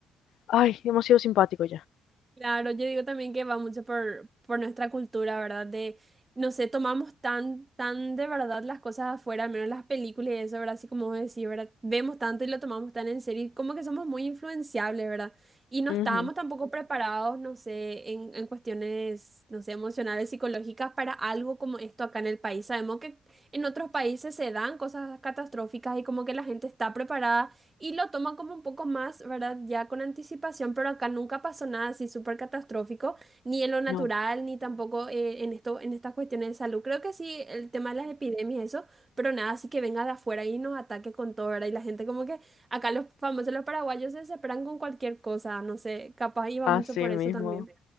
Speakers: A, on the left (about 75°); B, on the right (about 25°).
A: ay, demasiado simpático
B: Claro, yo digo también que va mucho por, por nuestra cultura, ¿verdad? De, no sé, tomamos tan, tan de verdad las cosas afuera, al menos las películas y eso, ¿verdad? Así como vos decís, ¿verdad? Vemos tanto y lo tomamos tan en serio y como que somos muy influenciables, ¿verdad? Y no
A: ya.
B: estábamos
A: Ujú,
B: tampoco preparados, no sé, en, en cuestiones, no sé, emocionales, psicológicas para algo como esto acá en el país. Sabemos que en otros países se dan cosas catastróficas y como que la gente está preparada y lo toma como un poco más, ¿verdad? Ya con anticipación, pero acá nunca pasó nada así súper catastrófico, ni en lo natural,
A: No,
B: ni tampoco eh, en esto, en estas cuestiones de salud. Creo que sí, el tema de las epidemias, eso, pero nada, así que venga de afuera y nos ataque con todo, ¿verdad? Y la gente como que acá los famosos, los paraguayos se desesperan con cualquier cosa, no sé, capaz iba
A: así
B: mucho por
A: mismo.
B: eso también.